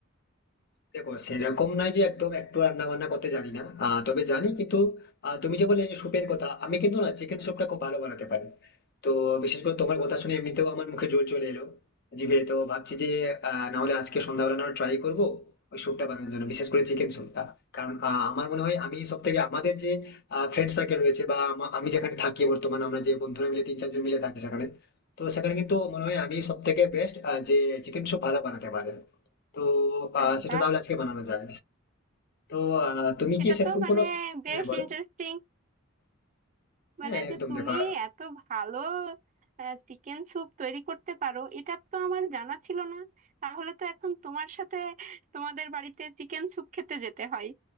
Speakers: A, on the left; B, on the right.
A: দেখো সেরকম নয় যে একদম একটু রান্না বান্না করতে জানি না আহ, তবে জানি কিন্তু আহ, তুমি যে বললে যে স্যুপের কথা আমি কিন্তু না চিকেন স্যুপটা খুব ভালো বানাতে পারি তো বিশেষ করে তোমার কথা শুনে এমনিতেও আমার মুখে জল চলে এলো জিভে তো ভাবছি যে আহ, না হলে আজকে সন্ধ্যাবেলা না ট্রাই করবো ওই স্যুপটা বানানোর জন্য বিশেষ করে চিকেন স্যুপটা কারণ আহ, আমার মনে হয় আমি সব থেকে আমাদের যে ফ্রেন্ড সার্কেল রয়েছে বা আমা- আমি যেখানে থাকি বর্তমানে আমরা যে বন্ধুরা মিলে তিন চারজন মিলে থাকি সেখানে তো সেখানে কিন্তু মনে হয় আমি সব থেকে বেস্ট যে চিকেন স্যুপ ভালো বানাতে পারে তো
B: আরে
A: আহ, সেটা
B: বাহ
A: তাহলে আজকে বানানো যায় তো আহ, তুমি
B: এটা
A: কি সেরকম
B: তো মানে
A: কোনো
B: বেশ
A: হ্যাঁ বলো
B: ইন্টারেস্টিং মানে
A: হ্যাঁ
B: যে
A: একদম
B: তুমি
A: দেখো
B: এত ভালো চিকেন স্যুপ তৈরি করতে পারো এটা তো আমার জানা ছিল না তাহলে তো এখন তোমার সাথে তোমাদের বাড়িতে চিকেন স্যুপ খেতে যেতে হয়